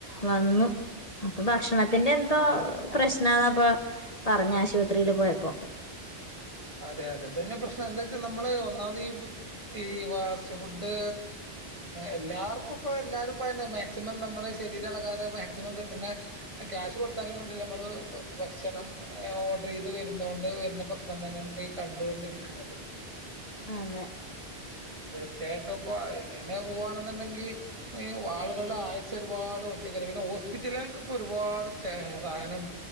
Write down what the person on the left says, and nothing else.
വന്നു അപ്പൊ ഭക്ഷണത്തിന്റെ എന്തോ പ്രശ്നന്നപ്പ പറഞ്ഞ ആശുപത്രിൽ പോയപ്പോ
അതെ